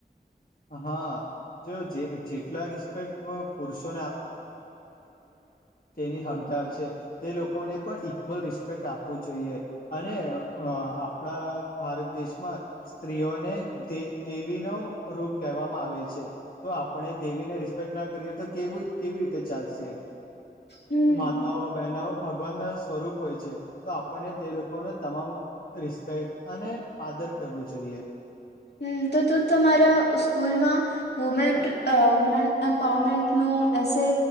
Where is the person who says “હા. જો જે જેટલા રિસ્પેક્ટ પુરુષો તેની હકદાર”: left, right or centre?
Left